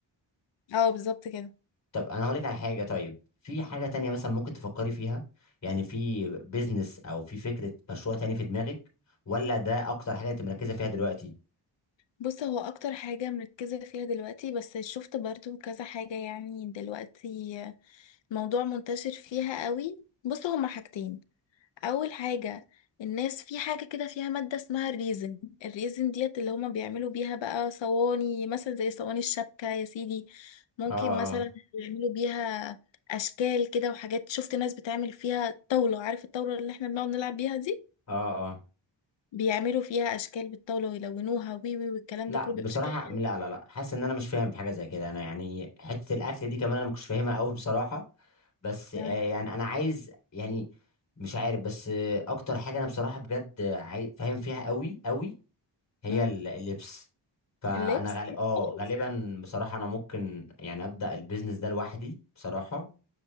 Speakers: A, on the left; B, on the left.
A: اه بالظبط كده
B: طب انا هقول لك على حاجة طيب في حاجة تانية مثلا ممكن تفكري فيها يعني في بيزنس او في فكرة مشروع تاني في دماغك ولا ده اكتر حاجة انت مركزة فيها دلوقتي
A: بص هو اكتر حاجه مركزه فيها دلوقتي بس شفت برضو كذا حاجه يعني دلوقتي موضوع منتشر فيها قوي بص هما حاجتين اول حاجة الناس في حاجة كده فيها مادة اسمها الريزن الريزن ديت اللي هما بيعملوا بيها بقى صواني مثلا زي صواني الشبكة يا سيدي ممكن
B: اه
A: مثلا
B: اه
A: يعملوا بيها اشكال كده وحاجات شفت ناس بتعمل فيها طاولة عارف الطاولة اللي احنا بنقعد نلعب بيها دي
B: اه اه
A: بيعملوا فيها اشكال بالطاولة ويلونوها وي وي والكلام
B: لا
A: ده كله
B: بصراحة
A: بيبقى شكلها
B: لا لا لا حاسس ان انا مش فاهم في حاجة زي كده انا يعني حتة الاكل دي كمان انا ما كنتش فاهمها قوي بصراحة بس آه،
A: تمام
B: يعني انا عايز يعني مش عارف بس آه، اكتر حاجة انا بصراحة بجد آه، عاي- فاهم فيها قوي قوي هي
A: مم.
B: ال- اللبس فانا
A: اللبس
B: غالي
A: خلاص.
B: اه غالبا بصراحة انا ممكن يعني ابدأ البيزنس ده لوحدي بصراحة